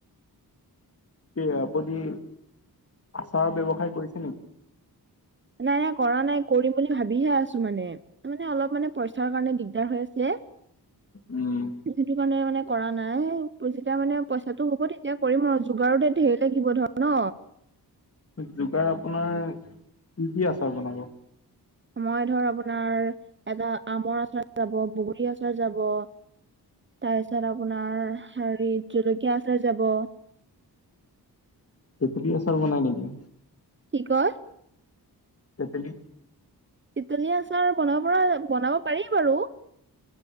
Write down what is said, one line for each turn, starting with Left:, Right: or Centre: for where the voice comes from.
Left: কি আপুনি আচাৰৰ ব্যৱসায় কৰিছে নেকি?
Right: নাই নাই কৰা নাই, কৰিম বুলি ভাবিহে আছো মানে, ত মানে অলপ মানে পইচাৰ কাৰণে দিগদাৰ দাৰ হৈ আছে,
Left: উম,
Right: সেইটো কাৰণে মানে কৰা নাই যেতিয়া মানে পইচাটো হ'ব তেতিয়া কৰিম আৰু যোগাটোতে ঢেৰ লাগিব ধৰ ন?
Left: যোগাৰ আপোনাৰ কি কি আছে বনাব?
Right: মই ধৰ আপোনাৰ এটা আমৰ আচাৰ যাব, বগৰী আচাৰ যাব তাৰপিছত আপোনাৰ হেৰি জলকীয়া আচাৰ যাব।
Left: তেতেলী আচাৰ বনাই নেকি?
Right: কি কয়?
Left: তেতেলি।
Right: তেতেলি আচাৰ বনাব পৰা বনাব পাৰি বাৰু।